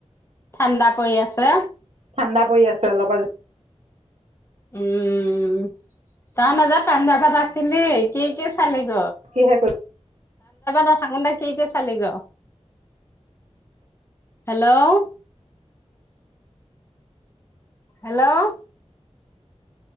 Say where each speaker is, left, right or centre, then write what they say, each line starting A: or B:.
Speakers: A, on the left; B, on the right.
A: ঠাণ্ডা পৰি আছে
B: ঠাণ্ডা পৰি আছে অলপ
A: উম তই নযা পাঞ্জাৱত আছিলে কি কি চালি ক
B: কিহে কৰি
A: না থাকোনতে কি কি চালি গ হেল্ল' হেল্ল'